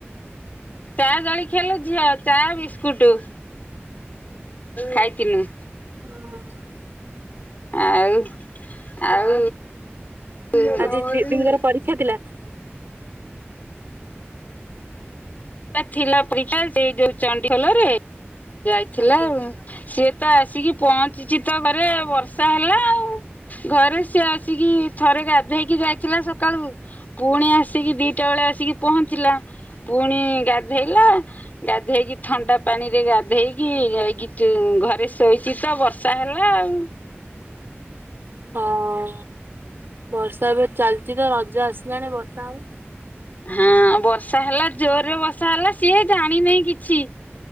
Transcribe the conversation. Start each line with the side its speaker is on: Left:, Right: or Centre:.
Left: ଚା ଜଳଖିଆ ଲୋ ଝିଅ ଚା ବିସ୍କୁଟ। ଖାଇଥିନୁ।
Right: <inaudible>
Left: ଆଉ ଆଉ <unintelligible>
Right: ଆଜି <unintelligible>
Left: ତା ଥିଲା ପରୀକ୍ଷା ସେଇ ଯୋଉ ଚଣ୍ଡିଖୋଲ ରେ ଯାଇଥିଲା
Right: ଆଜ୍ଞା
Left: ଆଉ। ସିଏ ତ ଆସିକି ପହଞ୍ଚିଚି ତ ଘରେ ବର୍ଷା ହେଲା ଆଉ। ଘରେ ସିଏ ଆସିକି ଥରେ ଗାଧେଇକି ଯାଇଥିଲା ସକାଳୁ। ପୁଣି ଆସିକି ଦିଟା ବେଳେ ଆସିକି ପହଞ୍ଚିଲା, ପୁଣି ଗାଧେଇଲା ଗାଧେଇକି ଥଣ୍ଡା ପାଣି ରେ ଗାଧେଇକି ଯାଇ <unintelligible> ଘରେ ଶୋଇଛି ତ ବର୍ଷା ହେଲା ଆଉ।
Right: ହଁ। ବର୍ଷା ଏବେ ଚାଲିଛି ତ ରଜ ଆସିଲାଣି ବର୍ଷା ଆଉ।
Left: ହଁ ବର୍ଷା ହେଲା ଜୋରରେ ବର୍ଷା ହେଲା ସିଏ ଜାଣିିନେଇ କିଛି।